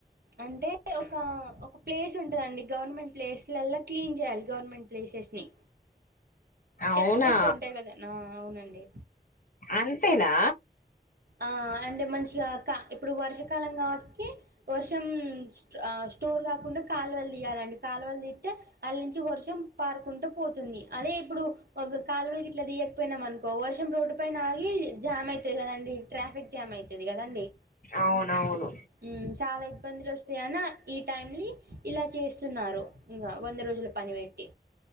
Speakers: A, on the right (about 70°); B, on the left (about 55°).
A: అంటే ఒక ఒక ప్లేస్ ఉంటదండి గవర్నమెంట్ ప్లేస్లలా క్లీన్ చేయాలి గవర్నమెంట్ ప్లేసెస్ ని
B: అవునా
A: చెత్త చెత్త ఉంటాయి గదా ఆ అవునండి
B: అంతేనా
A: ఆ అంటే మంచిగా ఇప్పుడు వర్షాకాలం గాబట్టికి వర్ష అ స్టోర్ కాకుండా కాలువలు తీయాలండి కాలువలు దీత్తే అందులో నుంచి వర్షం పా కుంట పోతుంది అదే ఇప్పుడు ఒక కాలువలుకి ఇట్లా దియకపోయినా అనుకో వర్షం రోడ్డు పైన ఆగి జామ్ అయితది కదండి ట్రాఫిక్ జామ్ అయితది కదండి
B: అవునవును
A: మ్ చాలా ఇబ్బందులు వస్తాయాన్న ఈ టైంని ఇలా చేస్తున్నారు ఇంగా వంద రోజుల పని పెట్టి